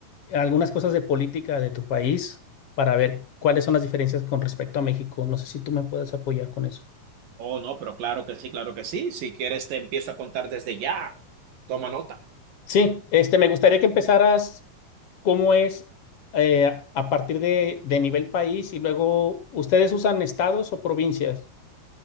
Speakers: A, on the left; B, on the right.
A: algunas cosas de política de tu país para ver cuáles son las diferencias con respecto a México. No sé si tú me puedes apoyar con eso.
B: Oh, no, pero claro que sí, claro que sí. Si quieres, te empiezo a contar desde ya. Toma nota.
A: Sí, este, me gustaría que empezaras cómo es eh, a partir de, de nivel país y luego ustedes usan estados o provincias.